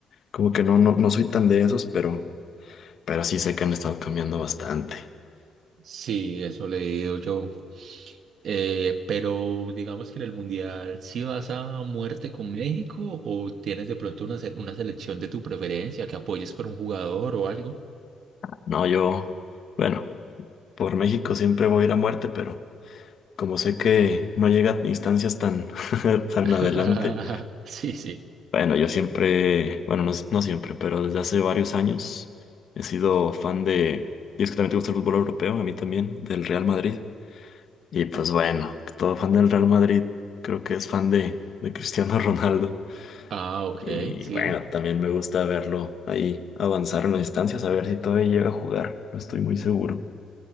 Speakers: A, on the left; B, on the right.
A: Como que no, no, no soy tan de esos, pero, pero sí sé que han estado cambiando bastante.
B: Sí, eso le he leído yo. Eh, pero digamos que en el Mundial, ¿sí vas a muerte con México o tienes de pronto una, se- una selección de tu preferencia que apoyes por un jugador o algo?
A: No, yo, bueno, por México siempre voy a ir a muerte, pero como sé que no llega a instancias tan, <laughs> tan
B: <laughs>
A: adelante,
B: Sí, sí.
A: bueno, yo siempre, bueno, no, no siempre, pero desde hace varios años he sido fan de, y es que también te gusta el fútbol europeo, a mí también, del Real Madrid. Y pues bueno, todo fan del Real Madrid, creo que es fan de, de Cristiano <laughs> Ronaldo.
B: Ah, ok,
A: Y
B: sí.
A: bueno, también me gusta verlo ahí avanzar en las distancias, a ver si todavía llega a jugar. No estoy muy seguro